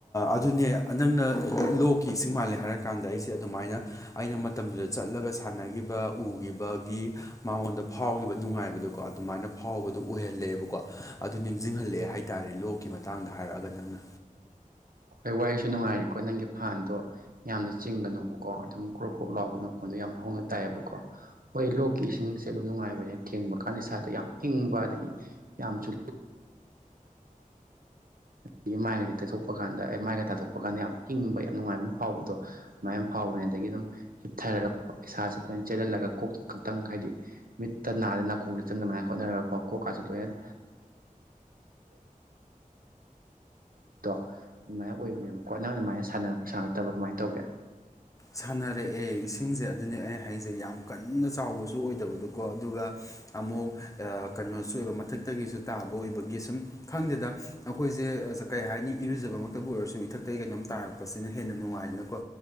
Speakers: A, on the left; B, on the right.
A: ꯑꯗꯨꯅꯦ ꯅꯪꯅ ꯂꯣꯛꯀꯤ ꯏꯁꯤꯡ ꯃꯥꯜꯂꯦ ꯍꯥꯏꯔꯛ ꯀꯥꯟꯗ ꯑꯩꯁꯦ ꯑꯗꯨꯃꯥꯏꯅ ꯑꯩꯅ ꯃꯇꯝꯗꯨꯗ ꯆꯠꯂꯒ ꯁꯥꯟꯅꯈꯤꯕ ꯎꯈꯤꯕꯒꯤ ꯃꯥꯉꯣꯟꯗ ꯐꯥꯎꯈꯤꯕ ꯅꯨꯡꯉꯥꯏꯕꯗꯣꯀꯣ ꯑꯗꯨꯃꯥꯏꯅ ꯐꯥꯎꯕꯗꯨ ꯑꯣꯏꯍꯜꯂꯛꯑꯦꯕꯀꯣ ꯑꯗꯨ ꯅꯤꯡꯁꯤꯡꯍꯜꯂꯛꯑꯦ ꯍꯥꯏꯇꯥꯔꯦ ꯂꯣꯛꯀꯤ ꯃꯇꯥꯡꯗ ꯍꯥꯏꯔꯛꯑꯒ ꯅꯪꯅ
B: ꯍꯣꯏ ꯋꯥꯔꯤꯁꯨ ꯅꯨꯡꯉꯥꯏꯔꯤꯀꯣ ꯅꯪꯒꯤ ꯐꯥꯟꯗꯣ ꯌꯥꯝꯅ ꯆꯤꯡꯒꯅꯣꯕꯀꯣ ꯑꯗꯨꯝ ꯀ꯭ꯔꯣꯞ ꯀ꯭ꯔꯣꯞ ꯂꯥꯎꯕꯩ ꯃꯈꯣꯟꯗꯣ ꯌꯥꯝ ꯍꯧꯅ ꯇꯥꯏꯌꯦꯕꯀꯣ ꯍꯣꯏ ꯂꯣꯛꯀꯤ ꯏꯁꯤꯡꯁꯦ ꯑꯗꯨꯝ ꯅꯨꯡꯉꯥꯏꯕꯅꯦ ꯊꯦꯡꯕ ꯀꯥꯟꯗ ꯏꯁꯥꯗ ꯌꯥꯝ ꯏꯪꯕ ꯑꯗꯒꯤ ꯌꯥꯝꯁꯨ <unintelligible> ꯃꯥꯏꯗꯤ ꯇꯩꯊꯣꯛꯄ ꯀꯥꯟꯗ ꯑꯩ ꯃꯥꯏꯒ ꯇꯥꯊꯣꯛꯄ ꯀꯥꯟꯗ ꯌꯥꯝ ꯏꯪꯕ ꯌꯥꯝꯅ ꯅꯨꯡꯉꯥꯏꯕ ꯑꯃ ꯐꯥꯎꯕꯗꯣ ꯑꯗꯨꯃꯥꯏꯅ ꯐꯥꯎꯕꯅꯦ ꯑꯗꯒꯤ ꯑꯗꯨꯝ ꯍꯤꯞꯊꯔꯒ ꯏꯁꯥꯁꯦ ꯑꯗꯨꯃꯥꯏꯅ ꯆꯦꯜꯍꯜꯂꯒ ꯀꯣꯛ ꯈꯛꯇꯪ ꯍꯥꯏꯗꯤ ꯃꯤꯠꯇ ꯅꯥꯗ ꯅꯥꯀꯣꯡꯗ ꯆꯪꯅꯉꯥꯏ ꯍꯣꯠꯅꯔꯒꯀꯣ ꯀꯣꯛꯀꯁꯨ ꯂꯣꯏꯅ <unintelligible> ꯑꯗꯨꯃꯥꯏꯅ ꯑꯣꯏꯕꯅꯦꯕ ꯈꯣꯠꯅꯕ ꯑꯗꯨꯃꯥꯏꯅ ꯁꯥꯟꯅꯔꯛꯄ ꯁꯥꯟꯅꯛꯇꯕ ꯀꯃꯥꯏꯅ ꯇꯧꯒꯦ
A: ꯁꯥꯟꯅꯔꯛꯑꯦ ꯏꯁꯤꯡꯁꯦ ꯑꯗꯨꯅꯦ ꯑꯩ ꯍꯥꯏꯁꯦ ꯌꯥꯝ ꯀꯟꯅ ꯆꯥꯎꯕꯁꯨ ꯑꯣꯏꯗꯕꯗꯣꯀꯣ ꯑꯗꯨꯒ ꯑꯃꯨꯛ ꯀꯩꯅꯣꯁꯨ ꯑꯣꯏꯕ ꯃꯊꯛꯇꯒꯤꯁꯨ ꯇꯥꯕ ꯑꯣꯏꯕꯒꯤ ꯁꯨꯝ ꯈꯪꯗꯗ ꯑꯩꯈꯣꯏꯁꯦ ꯀꯩ ꯍꯥꯏꯅꯤ ꯏꯔꯨꯖꯕꯃꯛꯇꯕꯨ ꯑꯣꯏꯔꯁꯨ ꯏꯊꯛꯇꯒꯤ ꯀꯩꯅꯣꯝ ꯇꯥꯔꯛꯄ ꯄꯁꯤꯅ ꯍꯦꯟꯅ ꯅꯨꯡꯉꯥꯏꯗꯅꯀꯣ